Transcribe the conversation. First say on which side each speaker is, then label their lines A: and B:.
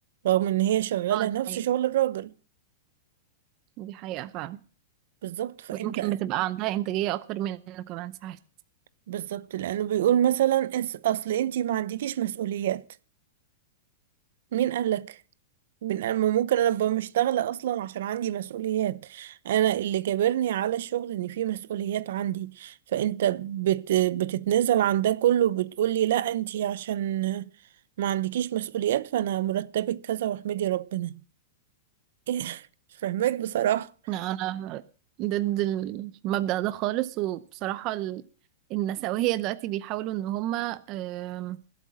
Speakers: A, on the right; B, on the right.
A: رغم إن هي شغالة
B: اه دي
A: نفس
B: حقيقة
A: شغل الراجل
B: دي حقيقة فعلا
A: بالظبط فأنت
B: ويمكن بتبقى عندها إنتاجية أكتر منه كمان ساعات
A: بالظبط لأنه بيقول مثلا "أس- أصل أنتي ما عندكيش مسؤوليات مين قالك من أما ممكن انا ابقى مش شغاله اصلا عشان عندي مسؤوليات انا اللي جابرني على الشغل ان في مسؤوليات عندي فانت بت بتتنازل عن ده كله بتقولي لا انتي عشان ما عندكيش مسؤوليات فانا مرتبك كذا واحمدي ربنا <laughs> إيه، مش فاهماك بصراحه
B: لا أنا ضد المبدأ ده خالص وبصراحة ال- النسوية دلوقتي بيحاولوا إن هما آم،